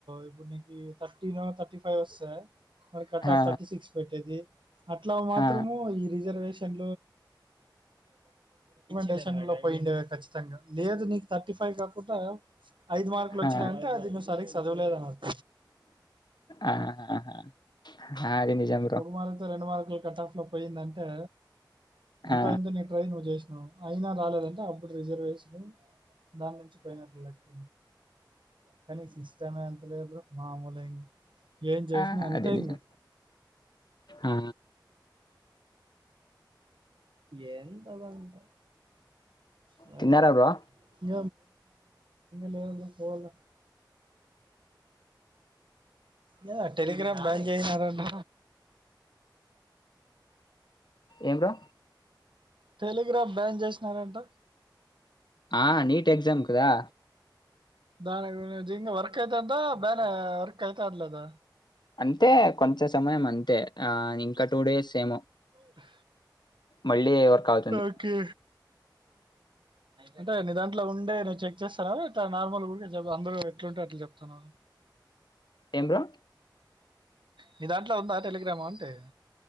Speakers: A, on the right; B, on the left.
A: ఇప్పుడు నీ థర్టీన్ థర్టీ ఫైవ్ వస్త మన కట్
B: ఆ!
A: ఆఫ్ థర్టీ సిక్స్ పెట్టేది అట్లా మాత్రము
B: ఆ!
A: ఈ రిజర్వేషన్ డేషన్ లోయిచ్చితంగా లేదు నీ థర్టీ అయి కాకుండా ఐదు మార్కులు వచ్చినాయంటే
B: ఆ!
A: అది ను్ సరిగ్ చదువలేదు అన్నమా
B: ఆ ఆ అది నిజం బ్రో.
A: ఒక మార్తో రెండు మార్కులు కట్ ఆఫ్ లో పోయిందంటే అంత
B: ఆ!
A: ఇంత నీ ట్రై నువ్వు చేసినావు అయినా రాలేదంటే అప్పుడు రిజర్వేషలు దాని నుంచి పయిైనట్ లెక్క కానీ ఇష్టమ ఎంత లేదు్ర మామూలుం ఏం చేసినా
B: ఆ!
A: అంతే
B: అది నిజం.
A: ఇంకా
B: ఆ!
A: ఎంతంత మాకు
B: తిన్నారా బ్రో?
A: ఇ లే పోవాల యా టెలిగ్రామ్ బ్యాం అయనారాంట
B: ఏంరా
A: టెలిగ్రాఫ బ్యాన్ చేసినారంట
B: ఆ నీట్ ఎక్జామ్ కదా
A: దానికిింకా వర్క్ అయితందా బానే వర్క్ అయిత అర్లేదా
B: అంతే కొంచె సమయం అంతే ఆ ఇంకా టూ డేస్ ఏమో
A: హ
B: మళ్ళీ వర్క్ అవుతుంది.
A: ఓకే అంటే నీ దాంట్లో ఉండే నేను చెక్ చేస్తాను నార్మల్ కూడా అందులో ఎట్లు అట్లా చెప్తతున్నా
B: ఏం బ్రో
A: నీ దాంట్లో ఉందా టెలిగ్రామ్ అంటే